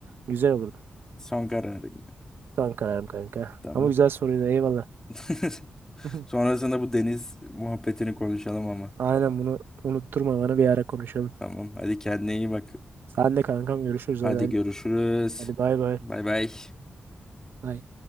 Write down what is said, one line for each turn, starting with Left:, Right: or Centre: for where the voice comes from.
Right: Güzel olurdu.
Left: Son kararı.
Right: Son kararım kanka.
Left: Tamam.
Right: Ama güzel soruydu eyvallah.
Left: <laughs>
Right: <laughs>
Left: Sonrasında bu deniz muhabbetini konuşalım ama.
Right: Aynen bunu unutturma bana bir ara konuşalım.
Left: Tamam hadi kendine iyi bak.
Right: Sen de kankam görüşürüz
Left: Hadi
Right: hadi.
Left: görüşürüz.
Right: Hadi bay bay.
Left: Bay bay.
Right: Bay.